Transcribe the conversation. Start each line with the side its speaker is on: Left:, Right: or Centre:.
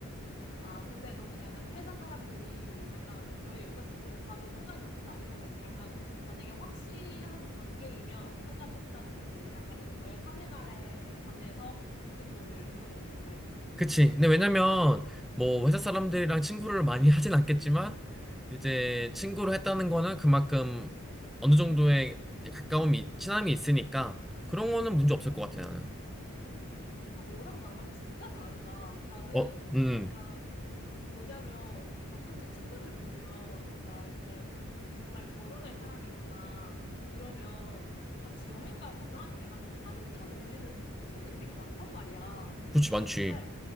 Left: 아, 근데 너는 약간 회사 사람들이 약간 너의 여자친구를 봐도 상관이 없다, 이런 거지. 약간 만약에 확실한 관계이면 상관은 없다는 거지. 약간 이런 너의 사생활에 관해서 모든 거를 드러내는 거를.
Centre: 그치. 근데 왜냐면, 뭐, 회사 사람들이랑 친구를 많이 <laughs> 하진 않겠지만, 이제 친구를 했다는 거는 그만큼 어느 정도의 이제 가까움이, 친함이 있으니까, 그런 거는 문제 없을 것 같아, 나는.
Left: 아, 너랑 나랑 진짜 다르다. 나는
Centre: 어, 음,
Left: 약간 뭐냐면 가끔씩 친구들 보면 진짜 이제 정말 결혼할 사람이거나 이러면 같이 여행 가거나 이래가지고 사진 찍어서 올리는 친구들 되게 많단 말이야.
Centre: 그렇지, 많지.
Left: 근데